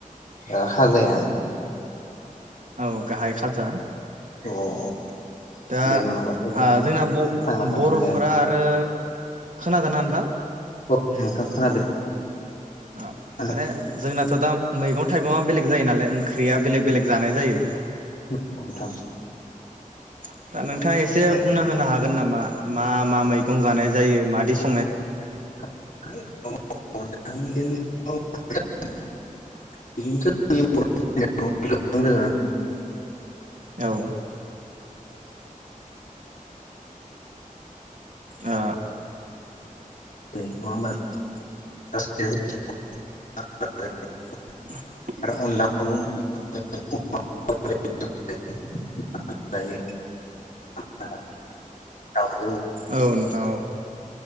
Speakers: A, on the left; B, on the right.
A: ओ खाजाया।
B: औ गाहाय खाजा।
A: औ औ।
B: दा
A: बे
B: आ
A: नङाबाथ' जों
B: जोंना ब-बर'फोरा
A: थांना थानो हाया
B: आरो खोनादोना नोथां।
A: औ नोंथां खोनादों।
B: अ
A: खोनादों
B: माने जोंना थ दाम मैगं थाइगङा बेलेग जायो नालाय ओंख्रिया बेलेग बेलेग जानाय जायो।
A: उम नोंथां।
B: <unintelligible> दा नोंथाङा एसे
A: औ
B: बुंना होनो हा गोन नामा मा मा मैगं जानाय जायो मादि स
A: <unintelligible> आं दिन <unintelligible>
B: औ। ओ
A: <unintelligible>
B: <unintelligible>
A: आरो अनलाखौ <unintelligible> जायो <unintelligible> औ।
B: औ नोंथां औ।